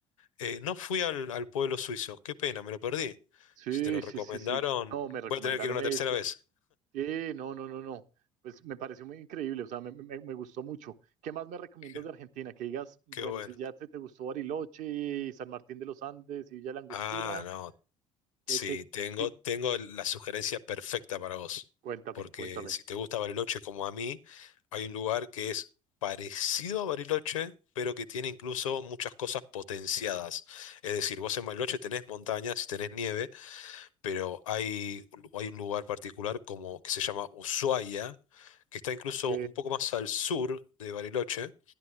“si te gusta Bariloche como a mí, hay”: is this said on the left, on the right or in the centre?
Left